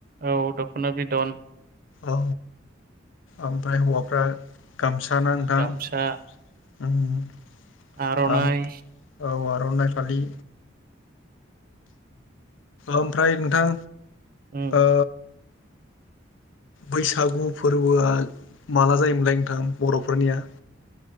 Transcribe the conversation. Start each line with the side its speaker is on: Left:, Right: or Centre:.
Right: औ दख'ना बिदन
Left: औ ओमफ्राय हौवाफ्रा गामसा ना नोंथां
Right: गामसा आर'नाइ
Left: औ आर'नाइ फालि ओमफ्राय नोंथां
Right: उम
Left: ओ
Right: <inaudible>
Left: बैसागु फोरबोआ माला जायोमोनलाय नोंथां बर'फोरनिया?